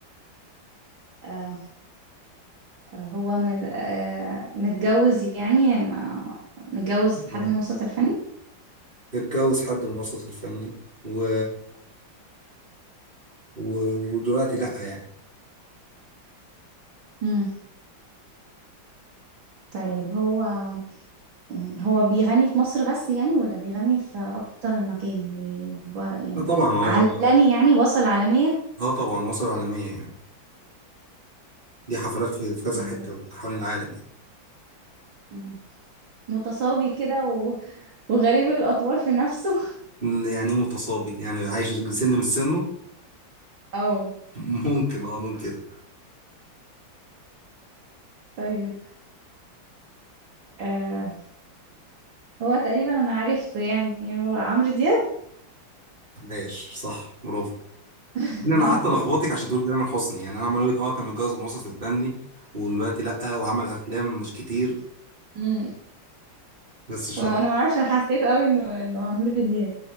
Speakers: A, on the right; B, on the right.
A: آه آه، هو مد... آه متجوز يعني ما... متجوز حد
B: آه.
A: من الوسط الفني
B: اتجوز حد من الوسط الفني و... و... ودلوقتي لأ يعني
A: مم. طيب هو مم، هو بيغني في مصر بس يعني ولا بيغني في أكتر من مكان يعني بي- ب... يعني
B: لا طبعا هو
A: عالمي يعني وصل عالمية
B: اه طبعا وصل عالمية يعني دي حفلات في, في كذا
A: مم،
B: حتة
A: لا.
B: حوالين العالم
A: مم. متصابي كده و... وغريب الأطوار في نفسه
B: يعني يعني إيه متصابي يعني عايش سن من سنه
A: <laughs> أو
B: <laughs> ممكن اه نقول كده
A: طيب آه هو تقريبا انا عرفته يعني هو عمرو دياب
B: عايش صح برافو
A: <laughs>
B: إن انا قعدت الخبطك عشان تقول تامر حسني يعني انا عمال اقول لك اه كان متجوز من الوسط الفني ودلوقتي لأ وعمل افلام مش كتير
A: امم
B: بس شاطر
A: لو انا ما اعرفش انا حسيت قوي انه انه عمرو دياب